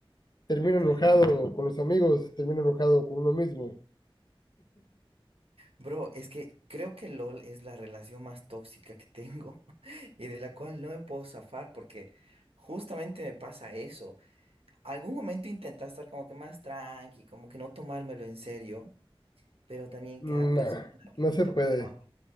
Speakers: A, on the left (about 45°); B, on the right (about 80°).
A: termino
B: Sí.
A: enojado con los amigos, termino enojado con uno mismo.
B: Bro, es que creo que LOL es la relación más tóxica que tengo <laughs> y de la cual no me puedo zafar porque justamente me pasa eso. Algún momento intenté estar como que más tranqui, como que no tomármelo en serio, pero también
A: Nah,
B: cada persona que
A: no
B: me
A: se
B: tocaba,
A: puede.